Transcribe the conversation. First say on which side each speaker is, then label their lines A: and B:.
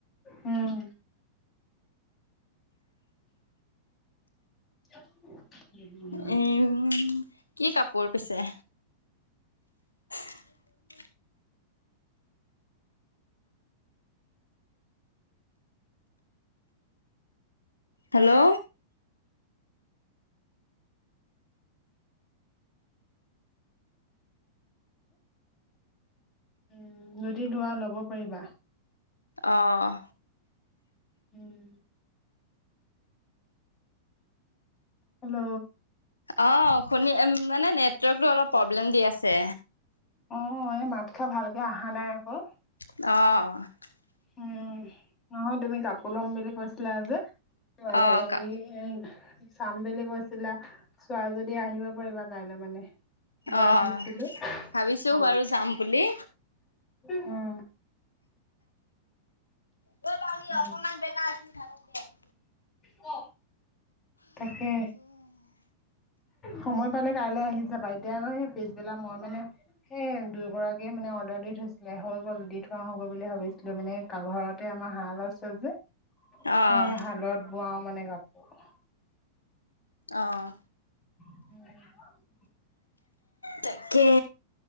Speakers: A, on the left; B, on the left.
A: উম। কেক বনোৱা।
B: উম, কি কাপোৰ পিছে। <inaudible> হেল্ল'।
A: উম, যদি লোৱা লব পাৰিবা।
B: আহ।
A: উম। হেল্ল'।
B: অ' শুনি মানে নেটৱৰ্কটো অলপ প্ৰব্লেম দি আছে।
A: অ'এই মাত খা ভালকে অহা নাই আকৌ।
B: অঁ।
A: উম, নহয় তুমি কাপোৰ ল'ম বুলি কৈছিলা যে। এই
B: অ', কা
A: এ। চাম বুলি কৈছিলা, চোৱা যদি আহিব পাৰিবা কাইলৈ মানে। বোৱাৰথৈছিলো
B: অ', ভাবিছো
A: আহ
B: বাৰু যাম বুলি
A: উ।
B: ত' আমি
A: উম।
B: অকমান বেকা আছিল থাক। <unintelligible>
A: ক তাকে। সময় পালে কাইলৈ আহি যাবা এতিয়া আকৌ সেই পিছবেলা মই মানে। সেই দুয়োগৰাকীয়ে মানে অৰ্ডাৰ দি থৈছিলে, হৈ গ'ল দি থোৱা হ গ'ল বুলি ভাবিছিলো মানে কা ঘৰতে। আমাৰ হাল আছে যে
B: অ',
A: সেই হালত বোৱাও মানে কাপোৰ।
B: আহঁ।
A: উম।
B: তাকে